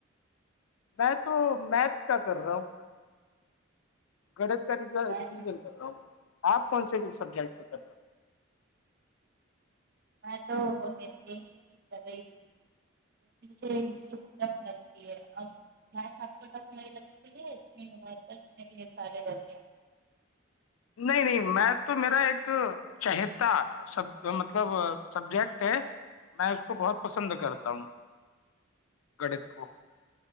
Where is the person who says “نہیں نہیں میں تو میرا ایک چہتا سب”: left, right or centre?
Left